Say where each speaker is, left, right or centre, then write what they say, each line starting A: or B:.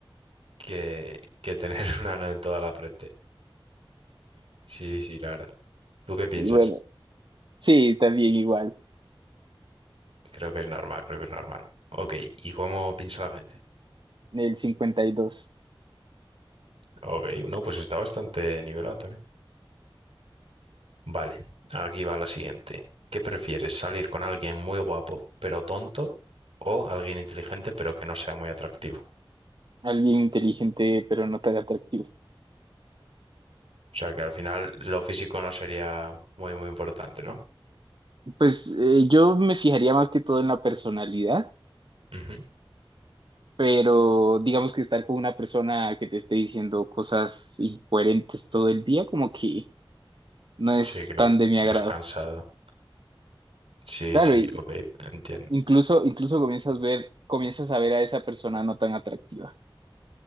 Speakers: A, on the right (about 85°); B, on the right (about 55°).
A: que, que tener <laughs> una ano en toda la frente. Sí, sí, la verdad. ¿Tú qué piensas?
B: Bueno, sí, también igual.
A: Creo que es normal, creo que es normal. Ok, ¿y cómo piensa la gente?
B: El cincuenta y dos
A: Ok, uno, pues está bastante nivelado también. Vale, aquí va la siguiente. ¿Qué prefieres, salir con alguien muy guapo pero tonto o alguien inteligente pero que no sea muy atractivo?
B: Alguien inteligente, pero no tan atractivo.
A: O sea que al final lo físico no sería muy, muy importante, ¿no?
B: Pues eh, yo me fijaría más que todo en la personalidad,
A: Ujú.
B: pero digamos que estar con una persona que te esté diciendo cosas incoherentes todo el día, como que no es
A: Sí, que
B: tan de mi agrado.
A: es cansado. Sí,
B: Claro,
A: sí,
B: y
A: ok, entiendo.
B: incluso, incluso comienzas ver, comienzas a ver a esa persona no tan atractiva.